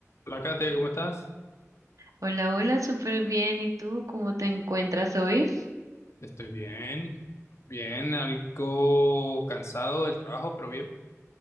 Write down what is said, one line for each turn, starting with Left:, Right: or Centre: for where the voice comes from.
Left: Hola Kate, ¿cómo estás?
Right: Hola, hola, súper bien. ¿Y tú cómo te encuentras hoy?
Left: Estoy bien, bien, algo cansado del trabajo, pero bien,